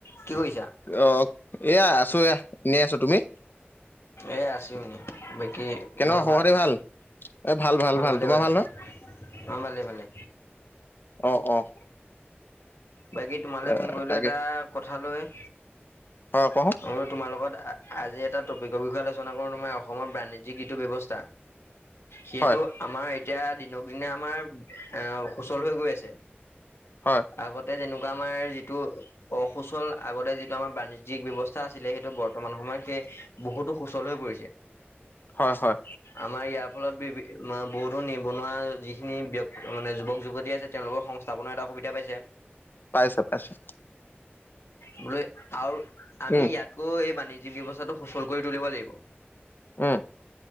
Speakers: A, on the left; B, on the left.
A: কি কৰিছা?
B: অ', এয়া আছো এয়া এনেই আছো তুমি?
A: এ আছোঁ এনে বাকি
B: কেনেকুৱা
A: বৰ
B: খবৰ
A: ভাল
B: খাতি এ ভাল ভাল
A: অ',
B: ভাল
A: ভাল-ভাল
B: তোমাৰ ভাল
A: অ',
B: নহয়
A: ভালে-ভালে।
B: অ', অ'।
A: বাকী তোমালৈ
B: এ
A: ফোন কৰিলো
B: তাকে
A: এটা কথা লৈ।
B: অ', ক।
A: অ', তোমাৰ লগত আজি এটা টপিকৰ বিষয়ে আলোচনা কৰোঁ তোমাৰ অসমৰ বাণিজ্যিক ঋতু ব্যৱস্থা। সেইটো
B: হয়
A: আমাৰ এতিয়া দিনক দিনে আমাৰ এ সুচল হৈ গৈ আছে।
B: হয়।
A: আগতে যেনেকুৱা আমাৰ যিটো অসুচল আগতে যিটো আমাৰ বাণিজ্ যি ব্য্ৱস্থা আছিলে সেইটো বৰ্তমান সময়ত সেই বহুতো সুচল হৈ পৰিছে।
B: হয় হয়।
A: আমাৰ ইয়াৰ ফলত বি বহুতো নিবনুৱা যিখিনি ব্যি মানে যুৱক যুৱতী আছে, তেওঁলোকৰ সংস্থাপনৰ এটা সুবিধা পাইছেঁ।
B: পাইছেঁ পাইছেঁ।
A: বোলে। আৰু আমি
B: উম
A: ইয়াতকো এই বাণিজ্যিক ব্যৱস্থাটো সুচল কৰি তুলিব লাগিব।
B: উম্।